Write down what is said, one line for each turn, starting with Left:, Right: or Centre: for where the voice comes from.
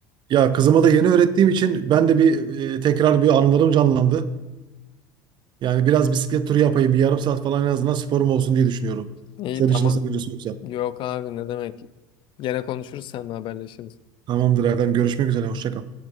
Right: ya kızıma da yeni öğrettiğim için ben de bir e, tekrar bir anılarım canlandı. Yani biraz bisiklet turu yapayım. Bir yarım saat falan en azından sporum olsun diye düşünüyorum.
Left: İyi
Right: Senin
Left: tamam.
Right: için nasıl bir yoksa.
Left: Yok abi ne demek. Gene konuşuruz seninle haberleşiriz.
Right: Tamamdır Erdem. Görüşmek üzere. Hoşça kal.